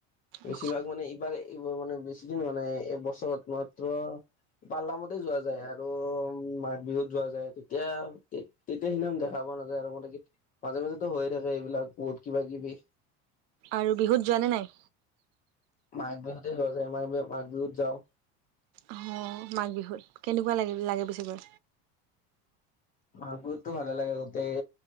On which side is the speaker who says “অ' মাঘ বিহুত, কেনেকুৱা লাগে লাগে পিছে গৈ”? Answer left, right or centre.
Right